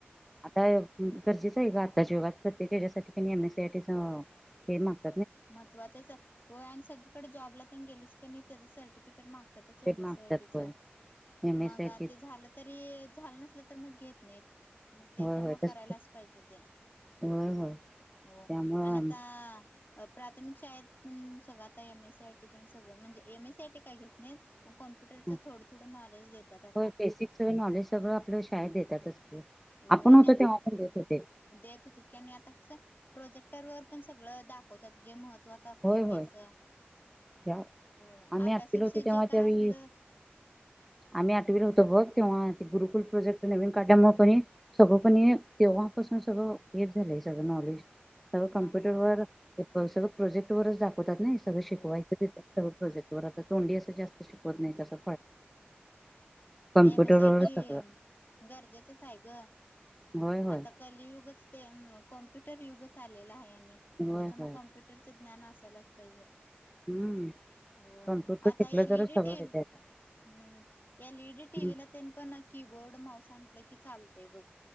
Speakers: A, in the centre; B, on the left (about 55°).
A: आता गरजेचं आहे गं आताच्या युगात प्रत्येक हेच्यासाठी कणी M. S. C. I. T च हे माग.
B: महत्वाचं आहे आणि हो सगळीकडे जॉबलातेन गेलीस कणी नाही त्याच सर्टिफि फिकट मागतातच एम. एस.
A: मागतात
B: सी. आय. टी. च.
A: होय एम
B: मग
A: ए साठी
B: ते झालं तरी झालं नसलं तर मग ते घेत नाहीत. मग तेच्यामुळं
A: होय होय तस
B: करायलाच पाहिजे ते.
A: होय होय
B: हो
A: त्यामुळं
B: आणि आता. प्राथमिक शाळेत पण सगळं आता. M. S. C. I. T. तेन सगळं म्हणजे M. S. C. I. T. काय घेत नाहीत. पण कॉम्प्युटरचं
A: हो
B: थोडं थोडं नॉलेज देतात आता
A: बेसिक सगळ नॉलेज सगळं आपल्या शाळेत देतातच.
B: हो
A: आपण
B: आणि
A: होतो
B: आता
A: तेव्हा पण देत होते
B: देत होतीत. की आणि आता कस प्रोजेक्टर वर. पण सगळं दाखवतात. जे महत्त्वाचं असतंय
A: होय
B: ते
A: होय
B: असं.
A: त्या
B: हो
A: आम्ही
B: अभ्यासाविषय
A: आठवीला होतो तेव्हा
B: जे
A: त्यावेळी
B: काय असल.
A: आम्ही आठवीला होतो बघ. तेव्हा ते गुरुकुल प्रोजेक्ट. नवीन काढल्यामुळे कणी सगळं कणी तेव्हापासून सगळं हेच झालंय सगळं नॉलेज. सगळं
B: हा
A: कॉम्प्युटरवर
B: हा
A: सगळं प्रोजेक्ट वरच दाखवतात. नाही सगळं
B: होय
A: शिकवायचं तिथच. प्रोजेक्टवर आता तोंडी असं जास्त शिकवत नाही असं.
B: हो हो एम.
A: कम्प्युटरवर
B: एस. सी. आय. टी.
A: सगळं
B: गरजेचंच आहे गं.
A: होय होय
B: आता कलियुगच ते. कॉम्प्युटर युगच आलेल आहे.
A: होय
B: त्याच्यामुळे
A: होय
B: कम्प्युटर ज्ञान असायलाच पाहिजे.
A: हम्म
B: हो
A: कॉम्प्युटर
B: आता
A: शिकलं
B: एल
A: तरच
B: ईडी
A: सगळं
B: टीव्ही
A: येत आता
B: हम्म एल. ई. डी. टीव्ही
A: हम्म,
B: ला त्यांन पण कीबोर्ड, माऊस अणल की चालतय बघ